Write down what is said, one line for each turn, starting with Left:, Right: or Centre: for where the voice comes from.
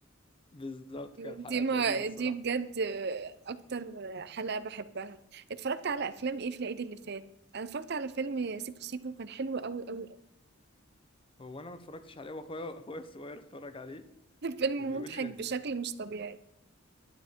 Left: بالظبط كانت
Right: دي
Left: حلقات
Right: ما
Left: لذيذة الصراحة
Right: دي بجد اكتر حلقه بحبها اتفرجت على افلام ايه في العيد اللي فات انا اتفرجت على فيلم سيكو سيكو كان حلو قوي قوي
Left: هو أنا ما اتفرجتش عليه وأخويا أخويا الصغير اتفرج عليه
Right: قوي <laughs> فيلم
Left: وبيقول
Right: مضحك
Left: لي لازم
Right: بشكل مش طبيعي